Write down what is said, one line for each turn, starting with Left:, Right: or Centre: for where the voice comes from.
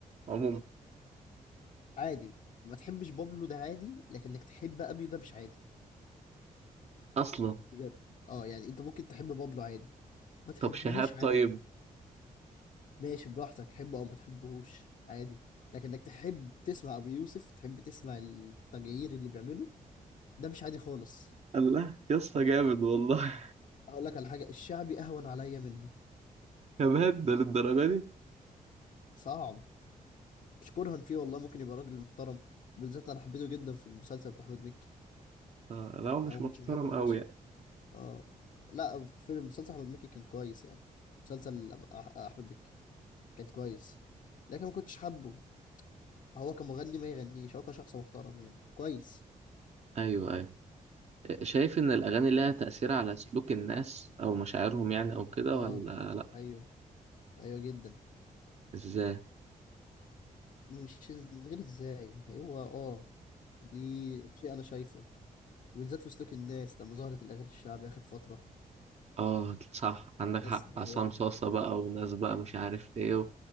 Right: عموما
Left: عادي ما تحبش بابلو ده عادي لكنك تحب ابيو ده مش عادي
Right: اصلا
Left: بجد اه يعني انت ممكن تحب بابلو عادي ما تحبهوش
Right: طب شهاب طيب
Left: عادي ماشي براحتك تحبه او ما تحبهوش عادي لكنك تحب تسمع ابو يوسف تحب تسمع التغيير اللي بيعمله ده مش عادي خالص
Right: الله يا اسطى جامد والله
Left: اقول لك على حاجه الشعبي اهون عليا منه
Right: <laughs> كمان ده للدرجة دي
Left: صعب مش كرها فيه والله ممكن يبقى راجل محترم بالذات انا حبيته جدا في المسلسل بتاع احمد مكي
Right: آه، لا هو مش
Left: انا ما
Right: محترم
Left: كنتش بحب ابو
Right: قوي
Left: يوسف
Right: يعني
Left: اه لا في مسلسل احمد مكي كان كويس يعني مسلسل أم- أح- احمد مكي كان كويس لكن ما كنتش حابه هو كمغني ما يغنيش هو كشخص محترم يعني كويس
Right: ايوه ايوه شايف إن الأغاني لها تأثير على سلوك الناس أو مشاعرهم يعني أو كده
Left: اه
Right: ولا لأ
Left: ايوه ايوه جدا
Right: إزاي؟
Left: مش إز- من غير ازاي هو اه دي شيء انا شايفه وبالذات في سلوك الناس لما ظهرت الاغاني الشعبي اخر فتره
Right: آه صح عندك حق
Left: الناس اتغيرت
Right: عصام صاصة بقى وناس بقى مش عارف إيه و-